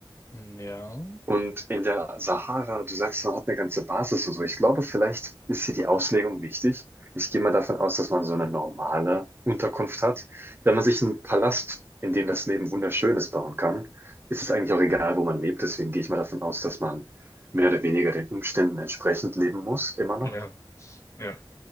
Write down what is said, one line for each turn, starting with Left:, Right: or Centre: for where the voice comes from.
Left: Ja.
Right: Und in der Sahara, du sagst, man hat eine ganze Basis und so. Ich glaube, vielleicht ist hier die Auslegung wichtig. Ich gehe mal davon aus, dass man so eine normale Unterkunft hat. Wenn man sich einen Palast, in dem das Leben wunderschön ist, bauen kann, ist es eigentlich auch egal, wo man lebt. Deswegen gehe ich mal davon aus, dass man mehr oder weniger den Umständen entsprechend leben muss, immer noch.
Left: Ja. Ja.